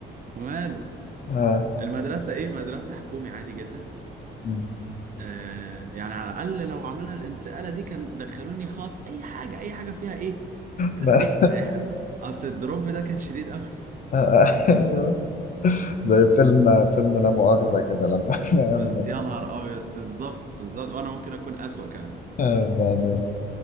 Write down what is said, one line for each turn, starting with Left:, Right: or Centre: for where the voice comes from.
Right: وماله
Left: <laughs>
Right: المدرسة إيه مدرسة حكومي عادي جدا
Left: آه.
Right: آه يعني على الأقل لو عملنا الانتقالة دي كان دخلوني خاص أي حاجة أي حاجة فيها إيه تدريب
Left: ده-
Right: <laughs> أصل الدروب ده كان شديد أوي
Left: <laughs> ايوه زي
Right: بس
Left: فيلم فيلم لا مؤاخذة كده لما <laughs> لما-
Right: بز... يا نهار أبيض بالظبط بالظبط وأنا ممكن أكون أسوأ كمان
Left: آه، بعدين